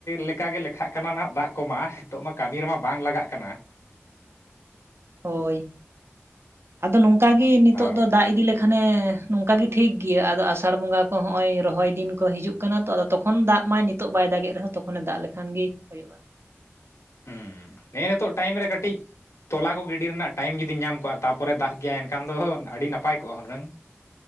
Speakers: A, on the left (about 80°); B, on the right (about 60°).
A: ᱞᱮᱠᱟ ᱜᱮ ᱞᱮᱠᱷᱟᱜ ᱠᱟᱱᱟ ᱱᱟᱦᱟᱜ ᱫᱟᱜ ᱠᱚᱢᱟ, ᱱᱤᱛᱚᱜ ᱢᱟ ᱠᱟᱹᱢᱤ ᱨᱮ ᱢᱟ ᱵᱟᱝ ᱞᱟᱜᱟᱜ ᱠᱟᱱᱟ᱾
B: ᱦᱚᱭ ᱟᱫᱚ ᱱᱚᱝᱠᱟ ᱜᱮ ᱱᱤᱛᱚᱜ
A: ᱦᱳᱭ
B: ᱫᱚ ᱫᱟᱜ ᱤᱫᱤ ᱞᱮᱠᱷᱟ ᱠᱷᱟᱱᱮ ᱱᱚᱝᱠᱟ ᱜᱮ ᱴᱷᱤᱠ ᱜᱮᱭᱟ ᱟᱫᱚ ᱟᱥᱟᱲ ᱵᱚᱸᱜᱟ ᱠᱚ ᱱᱚᱜᱼᱚᱭ ᱨᱚᱦᱚᱭ ᱫᱤᱱ ᱠᱚ ᱦᱤᱡᱩᱜ ᱠᱟᱱᱟ ᱛᱚ᱾ ᱛᱚᱠᱷᱚᱱ ᱫᱟᱜ ᱢᱟᱭ ᱱᱤᱛᱚᱜ ᱵᱟᱭ ᱫᱟᱜᱮᱜ ᱨᱮ ᱦᱚᱸ ᱛᱚᱠᱷᱚᱱᱮ ᱫᱟᱜ ᱞᱮᱠᱷᱟᱱ ᱜᱮ ᱦᱩᱭᱩᱜᱼᱟ᱾
A: ᱦᱩᱸ ᱦᱮᱸ ᱱᱤᱛᱚᱜ ᱴᱟᱭᱤᱢ ᱨᱮ ᱠᱟᱹᱴᱤᱡ ᱛᱚᱞᱟ ᱠᱚ ᱜᱤᱰᱤ ᱨᱮᱱᱟᱜ ᱴᱟᱭᱤᱢ ᱡᱩᱫᱤ ᱧᱟᱢ ᱠᱚᱜᱼᱟ ᱛᱟᱯᱚᱨᱮ ᱫᱟᱜ ᱠᱮᱭᱟᱭ, ᱮᱱᱠᱷᱟᱱ ᱫᱚ ᱟᱹᱰᱤ ᱱᱟᱯᱟᱭ ᱠᱚᱜᱼᱟ ᱦᱩᱱᱟᱹᱝ᱾